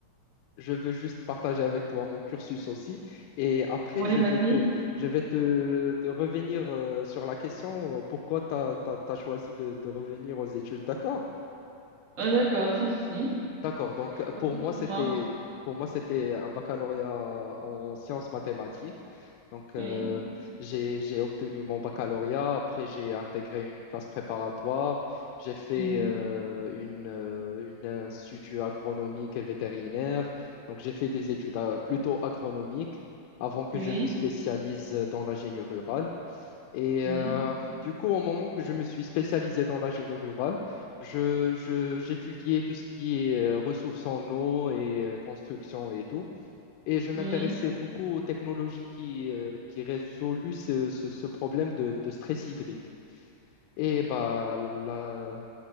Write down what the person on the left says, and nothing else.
je veux juste partager avec toi mon cursus aussi et après
je
vais te je vais te, te revenir euh, sur la question euh, pourquoi tu as, choisi de, de revenir aux études. D'accord?
D'accord. Donc, euh, pour
moi,
c'était pour moi, c'était un baccalauréat en sciences mathématiques. Donc, euh,
j'ai, j'ai obtenu mon baccalauréat. Après, j'ai intégré une classe préparatoire. J'ai fait
euh, une, euh, une institut agronomique et vétérinaire. Donc, j'ai fait des études euh, plutôt agronomiques avant que
je me spécialise dans l'ingénierie rurale. Et
euh, du coup, au moment que je me suis spécialisé dans la rurale, je, je- j'étudiais tout ce qui est euh, ressources en eau et euh, construction et tout. Et je m'intéressais
beaucoup aux technologies qui, euh, qui résoluent ce, ce- ce problème de, de stress hydrique. Et bah, la,